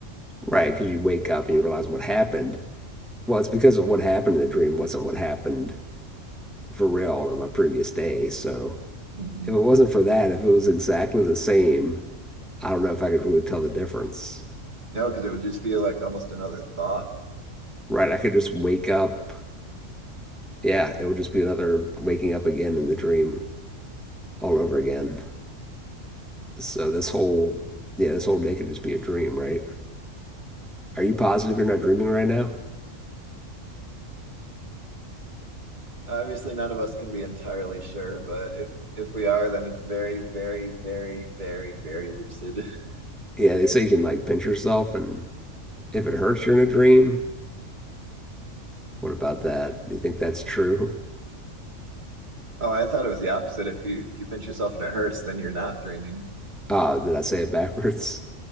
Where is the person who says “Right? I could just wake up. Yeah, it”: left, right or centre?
Centre